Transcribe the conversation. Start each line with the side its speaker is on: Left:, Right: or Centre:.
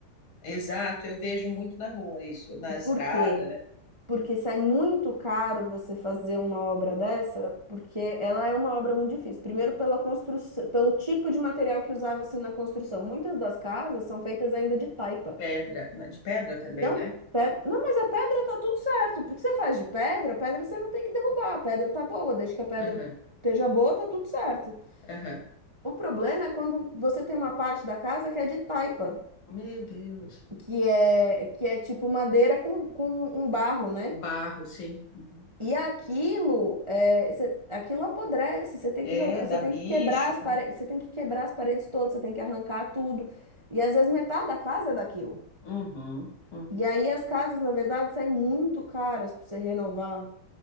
Left: Exato, eu vejo muito na rua isso, na estrada,
Right: Por quê?
Left: né?
Right: Porque sai muito caro você fazer uma obra dessa, porque ela é uma obra muito difícil. Primeiro, pela construção, pelo tipo de material que usava-se na construção. Muitas das casas são feitas ainda de taipa.
Left: pedra, de pedra também,
Right: Não,
Left: né?
Right: pe- não, mas a pedra tá tudo certo. Porque você faz de pedra, a pedra você não tem que derrubar. A pedra tá boa, desde que a pedra
Left: Aham,
Right: esteja boa, tá tudo certo.
Left: aham.
Right: O problema é quando você tem uma parte da casa que é de taipa,
Left: Meu Deus.
Right: que é, que é tipo madeira com, com um barro, né?
Left: Barro, sim. Uhum.
Right: E aquilo, é, cê- aquilo apodrece, você tem
Left: É,
Right: que jogar,
Left: dá
Right: você
Left: bicho,
Right: tem que quebrar as
Left: tá?
Right: paredes, você tem que quebrar as paredes todas, você tem que arrancar tudo. E às vezes metade da casa é daquilo.
Left: Uhum, uhum.
Right: E aí as casas, na verdade, saem muito caras para você renovar.